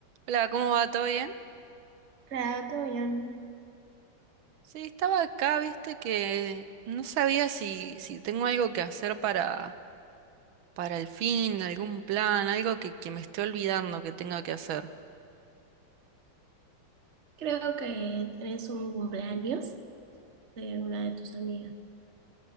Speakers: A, on the right (about 80°); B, on the right (about 40°).
A: Hola, ¿cómo va? ¿Todo bien?
B: Claro, todo bien.
A: Sí, estaba acá, viste que no sabía si, si tengo algo que hacer para, para el fin, algún plan, algo que, que me esté olvidando que tenga que hacer.
B: Creo que tenés un cumpleaños de una de tus amigas.